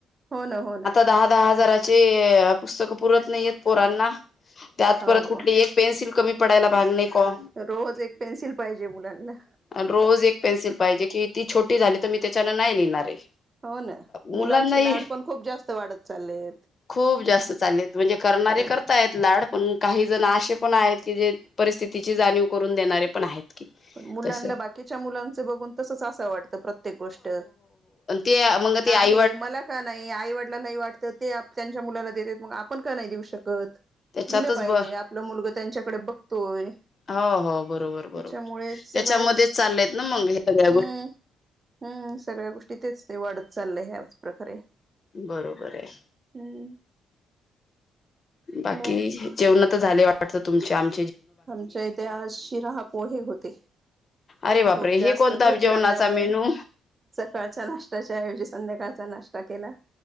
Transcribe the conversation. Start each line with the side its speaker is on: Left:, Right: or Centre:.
Right: हो ना, हो ना.
Left: दहा, दहा हजाराचे पुस्तक पुरत नाहीयेत पोरांना, त्यात
Right: हो
Left: परत कुठली
Right: हो
Left: एक- पेन्सिल कमी पडायला भागणे को.
Right: रोज एक पेन्सिल पाहिजे. बोलाल ना.
Left: अन, रोज एक पेन्सिल पाहिजे की, ती छोटी झाली तर मी त्याच्यान नाही लिहिणार आहे.
Right: हो ना. मुलांचे
Left: मुलांना ही
Right: लाड पण खूप जास्त वाढत चाललेत
Left: खूप जास्त चाललेत म्हणजे करणारे
Right: कारण
Left: कर करता येत लाड पण काही जण अशे पण आहेत की जे परिस्थितीची जाणीव करून देणारे पण आहेत की.
Right: मुलांना
Left: तस
Right: बाकीच्या मुलांच बघून तसच असं वाटतं प्रत्येक गोष्ट.
Left: त्या मंग आय
Right: हे मला का नाही आईवडला नाही वाटतं ते त्यांच्या मुलाला देतेत मग आपण का नाही देऊ शकत.
Left: त्याच्यातच
Right: दिलं पाहिजे
Left: ब
Right: आपलं मुलग त्यांच्याकडे बघतोय.
Left: हो हो बरोबर
Right: त्याच्यामुळे
Left: बरोबर
Right: सगळंच
Left: त्याच्यामध्येच चाललेय आहेत ना मग हे सगळ्या
Right: हम्म
Left: गोष्टी
Right: हम्म सगळ्या गोष्टी तेच ते वाढत चाललंय ह्याच प्रकारे.
Left: बरोबर आहे.
Right: हम्म.
Left: बाकी
Right: ब
Left: जेवण तर झाले वाटतं तुमच्या आम
Right: आमच्या इथे आज शिराहा पोहे होते.
Left: अरे बापरे
Right: खूप
Left: हे
Right: जास्त
Left: कोणता
Right: खूक
Left: जेवणाचा
Right: लागल्यामुळे
Left: मेनू
Right: सकाळच्या नाशष्टत्याच्या ऐवजी संध्याकाळचा नाश्ता केला.